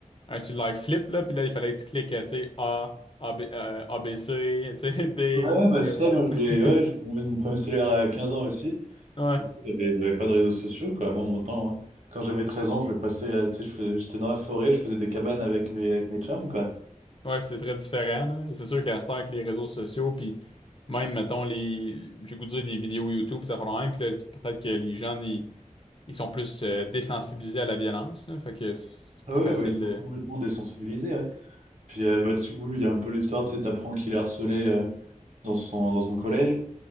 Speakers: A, on the left; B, on the right.
A: un cellulaire flip, là, puis là, il fallait que tu cliques, euh, tu sais, A, A, B, euh, ABC, tu sais, <laughs> D,
B: Ouais, ouais, bah,
A: D,
B: c'est
A: E,
B: ça, moi, je voulais,
A: F.
B: ouais, j'ai eu mon premier cellulaire à 15 ans aussi.
A: <laughs> Ouais.
B: Puis, j'avais j'avais pas de réseaux sociaux, quoi. Moi, mon temps, hein. Quand j'avais 13 ans, je le passais, à- tu sais, je faisais- j'étais dans la forêt, je faisais des cabanes avec mes, avec mes chums, quoi.
A: Ouais, c'est très différent, là. C'est sûr qu'à cette heure, avec les réseaux sociaux, puis même, mettons, les... j'ai goût de dire des vidéos YouTube, ça fait même, puis là, c'est peut-être que les jeunes, ils, ils sont plus euh, désensibilisés à la violence, là. Fait que c'est
B: Ah
A: plus
B: ouais,
A: facile
B: ouais, ils sont
A: de...
B: complètement désensibilisés, ouais. Puis, euh, bah, du coup, il y a un peu l'histoire, tu sais, t'apprends qu'il est harcelé, euh, dans son, dans son collège.